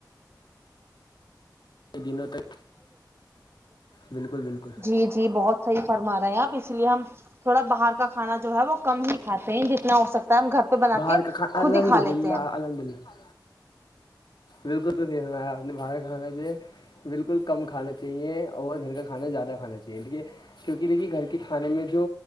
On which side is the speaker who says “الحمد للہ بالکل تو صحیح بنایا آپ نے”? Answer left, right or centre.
Left